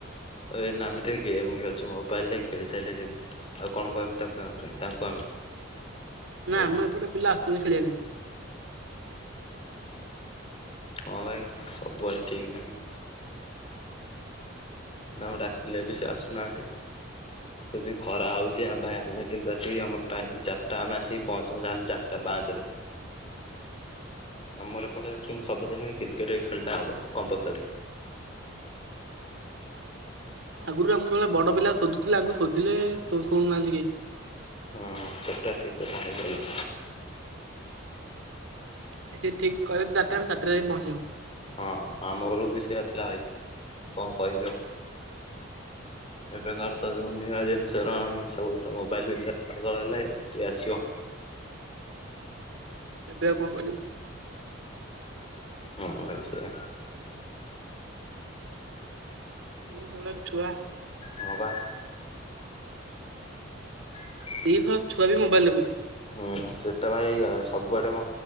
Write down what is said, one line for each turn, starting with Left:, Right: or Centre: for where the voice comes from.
Left: ଇବେ ନା ଆମେ ଟିକେ ଗେମ୍ ଖେଳୁଚୁ ମୋବାଇଲରେ ଖେଳି ସାରିଲେ ଯିବୁ। ଆଉ କଣ କହିବୁ ତାକୁ ତାଙ୍କୁ ଆମେ?
Right: ନା
Left: ଆଉ
Right: ମ ଏପଟେ ପିଲା ଆସୁଚନ୍ତି ଖେଳିବା ପାଇଁ।
Left: ହଁ ଭାଇ ସବୁଆଡେ ଠିକ ନାହିଁ। ନା ମୁଁ ଡାକିଲେ ବି ସେ ଆସୁନାହାନ୍ତି। କ ଖରା ହଉଚି ଭାଇ ଆମେ କିନ୍ତୁ ଆସି ଆମ ଟାଇମ୍ ଚାରିଟା ଆମେ ଆସିକି ପହଞ୍ଚ ଯାହେଲେ ଚାରିଟା ପାଞ୍ଚରେ।
Right: <inaudible>
Left: ଆମର ପଡେ କିନ୍ତୁ ସବୁଦିନ କ୍ରିକେଟ ଖେଳଟା ହବ କମ୍ପଲସରି। <inaudible>
Right: ଆଗରୁ ଆମ ଯେୋବେଳେ ବଡ ପିଲା ଶୋଧୁଥିଲେ ଆଙ୍କୁ ଶୋଧିଲେ ଶୁଣୁନାହାନ୍ତି କେହି।
Left: ହଁ ସେଟା ଠିକ କଥା ହେଇଗଲା।
Right: ସେ ଠିକ କହିବ ତ ଚାରିଟା ଆମେ ଚାରଟା ଯାଇ ପହଞ୍ଚିବୁ।
Left: ହଁ ଆମ ବଳୁ ବି ସେଇୟଆ ଥିଲା ଭାଇ କଣ କହିବି ଆଉ?
Right: ହ
Left: ଏବେକାର ତ ଯୋଉ ନୂଆ ଜିନିଷର ସବୁ ତ ମୋବାଇଲ ପିଚେ ରେ ପାଗଳ ହେଲେ କିଏ ଆସିବ।
Right: ଏବେ ଆଉ କଣ କରିବୁ?
Left: ହଁ ଭାଇ ସେଆ।
Right: ଏଇ ଯଉ ଭେଲିଆ ଛୁଆ
Left: ହଁ ବା। <unintelligible>
Right: ଦି ଭାଗ ଛୁଆ ବି ମୋବାଇଲ ଦେଖୁଛି।
Left: ହୁଁ ସେଟା ଭାଇା ସବୁଆଡେ ମ